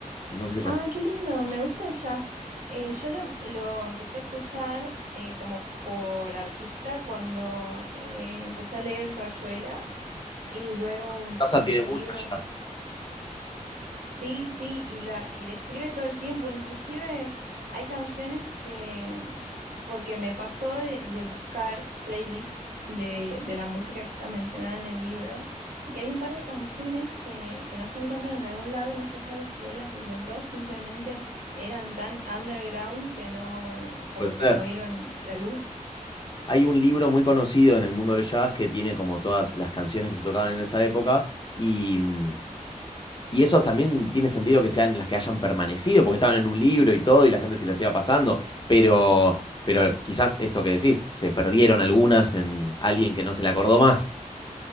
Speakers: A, on the left; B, on the right.
A: No sé si...
B: Ah, qué lindo, me gusta el jazz. Eh, yo lo, lo empecé a escuchar eh, como por artista cuando eh, empecé a leer Rayuela y luego un,
A: Cortázar
B: un
A: tiene mucho
B: libro.
A: jazz.
B: Sí, sí, y la y describe todo el tiempo, inclusive hay canciones que, porque me pasó de, de buscar playlist de, de la música que está mencionada en el libro, y hay un par de canciones que, que no se encuentran en algún lado y no se sabe si él las inventó, simplemente eran tan underground que no, como
A: Puede
B: que
A: ser.
B: no vieron la luz.
A: Hay un libro muy conocido en el mundo del jazz que tiene como todas las canciones que se tocaban en esa época y, mm, y esos también tiene sentido que sean las que hayan permanecido porque estaban en un libro y todo y la gente se las iba pasando, pero, pero quizás esto que decís, se perdieron algunas en alguien que no se le acordó más